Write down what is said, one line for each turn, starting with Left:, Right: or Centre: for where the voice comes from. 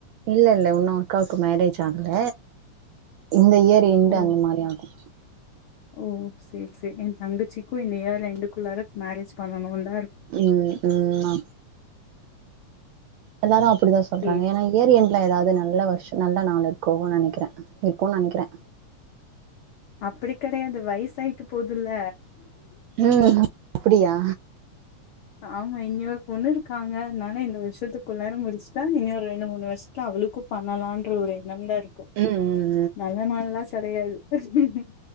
Right: இல்ல இல்ல இன்னு அக்காக்கு மேரேஜ் ஆகல இந்த இயர் எண்டு
Left: ஓ
Right: அந்த மாரி ஆகு
Left: ஓ சேரி சேரி என் தங்கச்சிக்கு இந்த இயர் எண்டுக்குள்ளாற மேரேஜ் பண்ணணுந்
Right: ம் ம்மா எல்லாரும் அ ப்படிதா சொல்றாங்க
Left: சேரி
Right: ஏன்னா
Left: சேரி
Right: இயர் எண்டுல ஏதாவது நல்ல வருஷ நல்ல நாள் இருக்கு நெனைக்கிறே இருக்குன்னு நா நெனைக்கிறே.
Left: அப்பிடி கெடையாது வயசு ஆயிட்டு போகுதல்ல?
Right: ம் ஹும் அப்பிடியா?
Left: ஆமா இன்னியொரு பொண்ணு இருக்காங்க அதனால இந்த வருஷத்துக்குள்ளார முடிச்சுட்டா இன்னொரு ரெண்டு மூணு வருஷத்துல அவளுக்கு பண்ணலான்ற ஒரு எண்ணம்ல இருக்கோ
Right: ம் ம்
Left: நல்ல நாள்லா கெடையாது <unintelligible>